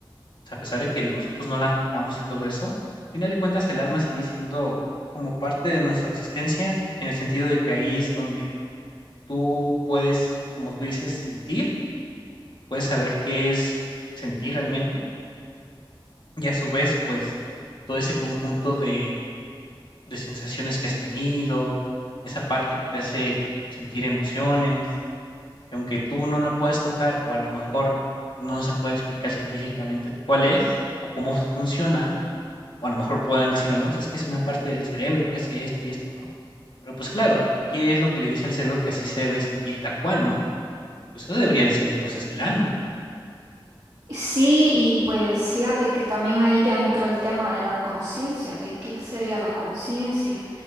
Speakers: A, on the left; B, on the right.
A: o sea, a pesar de que nosotros no la tocamos y todo eso, al final de cuentas el alma sigue siendo como parte de nuestra existencia, en el sentido de que ahí es donde tú puedes, pues, como tú dices, sentir, puedes saber qué es sentir realmente, y a su vez, pues, todo ese conjunto de, de sensaciones que has tenido, esa parte que te hace sentir emociones, que aunque tú no la puedas tocar o a lo mejor no se puede explicar científicamente cuál es o cómo funciona, O a lo mejor podrán decirlo, no, pues es que es una parte del cerebro que hace esto y esto, ¿no? Pero pues claro, ¿qué es lo que le dice al cerebro que así se debe sentir tal cual, no? Pues eso debería de ser entonces el alma.
B: Sí, y pues fíjate que también ahí ya entra el tema de la conciencia, de qué sería la conciencia.